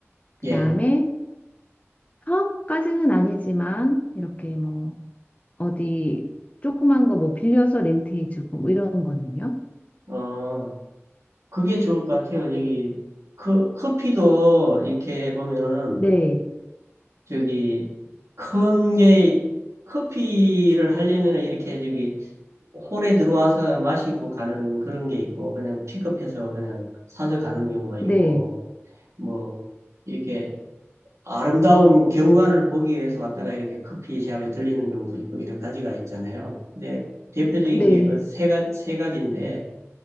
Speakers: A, on the left; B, on the right.
A: 그다음에
B: 예,
A: 사업까지는 아니지만 이렇게 뭐 어디 조그만 거 뭐 빌려서 렌트해주고 뭐 이런 거는요?
B: 어, 그게 좋을 것 같아요. 여기 커, 커피도 이렇게 보면은
A: 네,
B: 저기 큰 게 커피를 하려면은 이렇게 저기 홀에 들어와서 마시고 가는 그런 게 있고 그냥 픽업해서 그냥 사서 가는 경우가 있고
A: 네,
B: 뭐 이렇게 아름다운 경관을 보기 위해서 왔다가 이렇게 커피숍에 들리는 경우도 있고 여러 가지가 있잖아요. 근데 대표적인
A: 네,
B: 게 그 세 가세 가지인데